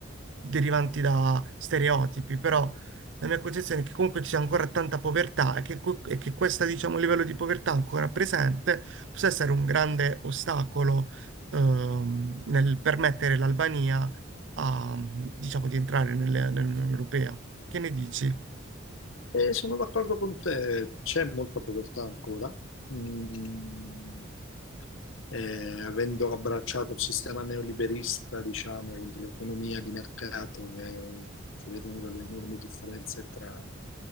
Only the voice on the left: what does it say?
E sono d'accordo con te, c'è molta povertà ancora. Mm, eh, avendo abbracciato il sistema neoliberista, diciamo, quindi l'economia di mercato, eh, si vedono delle enormi differenze tra